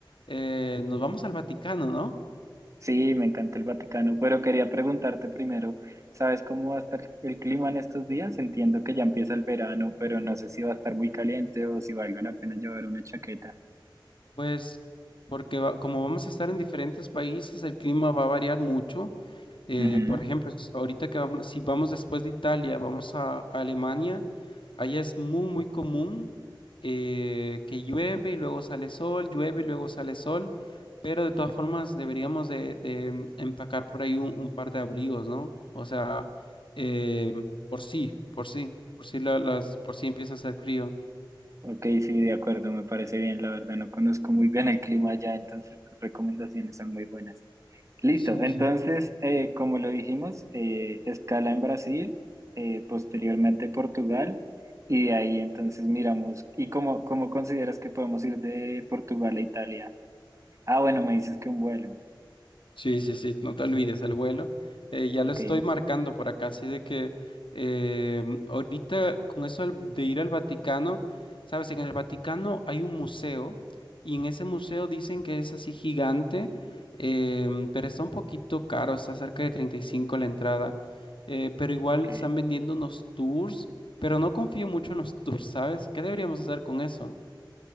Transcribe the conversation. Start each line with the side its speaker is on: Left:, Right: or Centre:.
Left: eh, nos vamos al Vaticano, ¿no?
Right: Sí, me encanta el Vaticano, pero quería preguntarte primero, ¿sabes cómo va a estar el clima en estos días? Entiendo que ya empieza el verano, pero no sé si va a estar muy caliente o si valga la pena llevar una chaqueta.
Left: Pues porque va- como vamos a estar en diferentes países, el clima va a variar mucho. Eh,
Right: Ujú.
Left: por ejemplo, s- ahorita que vamos, si vamos después de Italia, vamos a, a Alemania, allá es muy, muy común eh, que llueve y luego sale sol, llueve y luego sale sol, pero de todas formas deberíamos de, de empacar por ahí un, un par de abrigos, ¿no? O sea, eh, por sí, por sí, por sí la- las, por sí empieza a hacer frío.
Right: Ok, sí, de acuerdo, me parece bien, la verdad no conozco muy bien el clima allá, entonces tus recomendaciones son muy buenas. Listo,
Left: Sí.
Right: entonces, eh, como lo dijimos, eh, escala en Brasil, eh, posteriormente Portugal, y de ahí entonces miramos, ¿y cómo, cómo consideras que podemos ir de Portugal a Italia? Ah, bueno, me dices que un vuelo.
Left: Sí, sí, sí, no te olvides el vuelo. Eh, ya
Right: Ok,
Left: lo estoy marcando por acá, así de que eh, ahorita con eso al- de ir al Vaticano, sabes, en el Vaticano hay un museo y en ese museo dicen que es así gigante, em, pero está un poquito caro, está cerca de 35 la entrada, eh, pero igual
Right: ok.
Left: están vendiendo unos tours, pero no confío mucho en los <laughs> tours, ¿sabes? ¿Qué deberíamos hacer con eso?